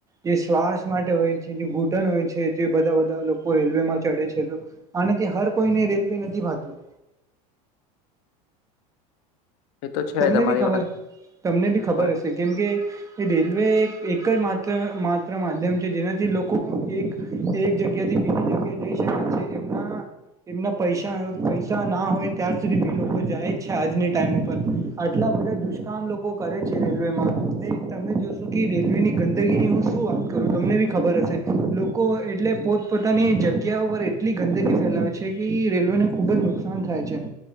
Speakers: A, on the right; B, on the left.
A: જે શ્વાસ માટે હોય છે, જે ઘૂંટન હોય છે, જે બધા બધા લોકો રેલવે માં ચડ હર કોઈને રેલવે નથી ભતું
B: એ તો છે
A: તમને
B: તમારી
A: બી ખબર,
B: વાત
A: તમને બી
B: તમારે.
A: ખબર હશે કેમ કે રેલવે એક એકત્ર માત્ર માધ્યમ છે જેનાથી લોકો એક એક જગ્યાથી બીજી જઈ શકે છે. એમના એમના પૈસા પૈસા ના હોય ત્યાર સુધી બી લોકો જાય જ છે. આજની ટાઈમ પણ આટલા બધા દુષ્કામ લોકો કરે છે. રેલવેમાં તે તમે જોશો કે રેલવે ની ગંદગીની શું શું વાત કરું તમને બી ખબર હશે લોકો એટલે પોત પોતાની જગ્યા પર એટલી ગંદગી ફેલાવે ફેલાવે છે, કે એ રેલવે ને ખુબ જ નુકસાન થાય છે.